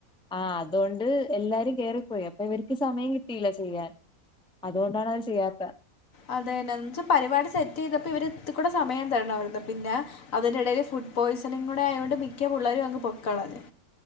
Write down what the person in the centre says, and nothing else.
ആഹ് അതോണ്ട് എല്ലാരും കേറിപ്പോയി അപ്പൊ ഇവർക്ക് സമയം കിട്ടീല്ല ചെയ്യാൻ അതോണ്ടാണ് അവര് ചെയ്യാത്തെ